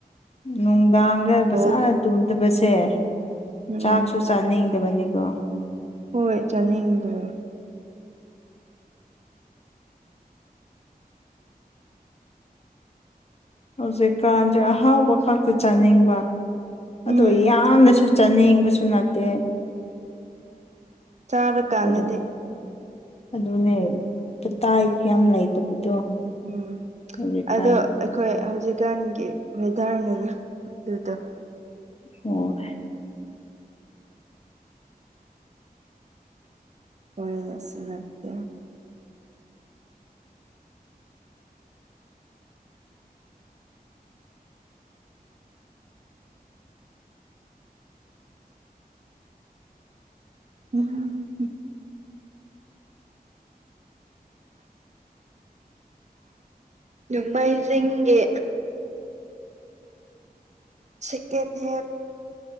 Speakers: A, on the left; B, on the right.
A: ꯅꯨꯡꯗꯥꯡꯗ ꯐꯖꯥꯅ
B: ꯕꯣꯜ
A: ꯇꯨꯝꯗꯕꯁꯦ
B: ꯎꯝ
A: ꯆꯥꯛꯁꯨ ꯆꯅꯤꯗꯕꯅꯤꯀꯣ
B: ꯍꯣꯏ ꯆꯥꯅꯤꯡꯗ꯭ꯔꯦ
A: ꯍꯧꯖꯤꯛꯀꯥꯟꯁꯦ ꯑꯍꯥꯎꯕ ꯈꯛꯇ ꯆꯥꯅꯤꯡꯕ ꯑꯗꯣ
B: ꯎꯝ
A: ꯌꯥꯝꯅꯁꯨ ꯆꯥꯅꯤꯡꯕꯁꯨ ꯅꯠꯇꯦ
B: ꯆꯥꯔꯀꯥꯟꯗꯗꯤ
A: ꯀꯔꯤ ꯑꯗꯨꯅꯦ ꯄꯇꯥꯏ ꯌꯥꯝ ꯂꯩꯇꯕꯗꯣ
B: ꯎꯝ
A: ꯍꯧꯖꯤꯛꯀꯥꯟ
B: ꯑꯗꯣ ꯑꯩꯈꯣꯏ ꯍꯧꯖꯤꯛꯀꯥꯟꯒꯤ ꯋꯦꯗꯔꯅꯅꯦ ꯑꯗꯨꯗꯣ
A: ꯑꯣ
B: ꯍꯣꯏ ꯅꯠꯁꯨ ꯅꯠꯇꯦ ꯎꯝ ꯎ ꯅꯣꯡꯃꯩꯖꯤꯡꯒꯤ ꯁꯦꯀꯦꯟ ꯍꯦꯟ